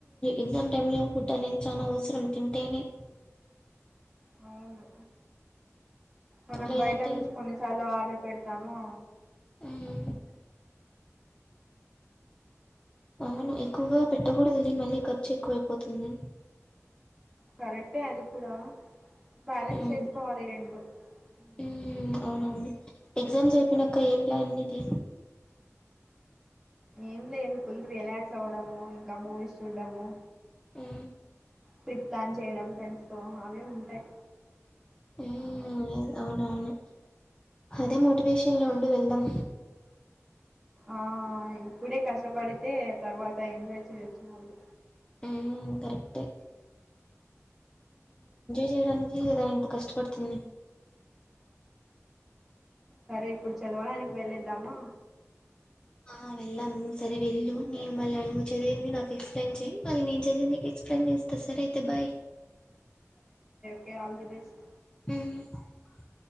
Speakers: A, on the left; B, in the centre.
A: ఎగ్జామ్ టైమ్ లో <inaudible> ఫుడ్ అనేది చాలా అవ్స్రం తింటెనె
B: అవును మనం
A: లేదంటే
B: బైట నుంచి కొన్నిసార్లు ఆర్డర్ పెడ్ తమో
A: ఉమ్ అవును ఎక్కువగా పెట్టకూడదు ఇది మళ్ళీ ఖర్చెక్కువైపోతుంది
B: కరెక్టే అది కూడా బ్యాలెన్స్
A: ఉమ్,
B: చేస్కోవాలి రెండు ఉమ్
A: ఉమ్, అవునవును ఎగ్జామ్స్ అయిపోనంక ఏం జాయినైదిది
B: ఏం లేదు ఫుల్ రిలాక్స్ అవ్వడము ఇంక మూవీస్ చూడ్డము
A: ఉమ్
B: ట్రిప్ ప్లాన్ చేయడం ఫ్రెండ్స్ తో అవె ఉంటై
A: ఉమ్ అది అవునవును అదె మోటివేషన్లో ఉండు వెళ్దాం
B: ఆ ఆ అవును ఇప్పుడె కష్టపడితె తర్వాత ఎంజాయ్ చేయోచ్చు మళ్ళీ
A: మ్మ్ కరెక్టే చేయడాన్కీ గద ఇంత కష్టపడ్తుంది.
B: సరె ఇప్పుడు చదవడాన్కి వెళ్ళేద్దామా?
A: ఆ వెళ్ళాం సరే వెళ్ళు నేను మళ్ళొచ్చేదేంది నాకు ఎక్సప్లేన్ మళ్ళీ నేను చదివి నీకు ఎక్సప్లేన్ జెస్త సరే అయితే బాయ్
B: కె ఆల్ ది బెస్ట్
A: ఉమ్